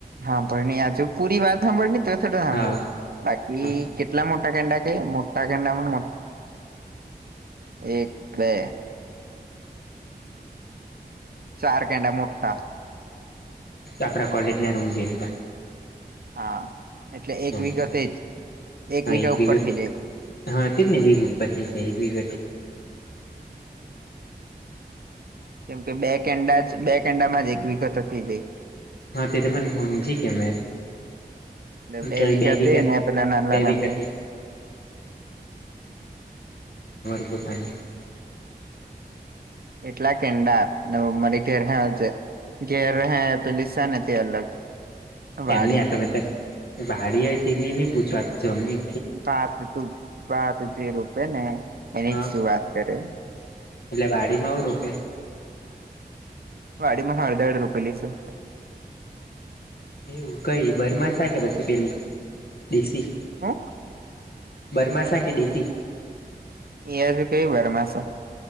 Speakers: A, on the right; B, on the left.
A: સાંભળણી આ જો પૂરી વાત સાંભળની તો છ સાંભળ
B: હા
A: બાકી
B: હા
A: કેટલા મોટા કેંડા કે મોટા કેંડામાં એક બે ચાર કેંડા મોટટા
B: આપણા કોલેજ ના રૂમ જેટલા.
A: હા એટલે
B: હા
A: એક વિઘા થઈ એક
B: હા
A: વિઘા ઉપર
B: વિગતે
A: થઇ જાય
B: હા તે જ ને વિઘુ ઉપર એક વિગ
A: કેમ કે બે કેન્ડા જ બે કેન્ડામાં જ એક વિઘુ તો થઈ જાય.
B: હા તે યાર મને હમજી કે મે
A: એટલે
B: બે
A: વિગતે
B: વિઘા
A: ને પેલા નાનલા
B: બે
A: નાનલા
B: વિઘા <unintelligible>
A: એટલા કેંડા મારી ઘેર જે ઘેર હે પેલી સે તે અલગ વાડી
B: એમની આ તમે ત વાડી હ તેની નહી પૂછવા જમી
A: <unintelligible>
B: હા એટલે વાાડી માં આવું રોપે
A: વાડીમાં હડદઢ રોપેલી સ.
B: એવું કઈ બરમાસા કે પછી પેલી દેશી?
A: હુ?
B: બરમાસા કે દેશી?
A: એ કઈ બરમાસા?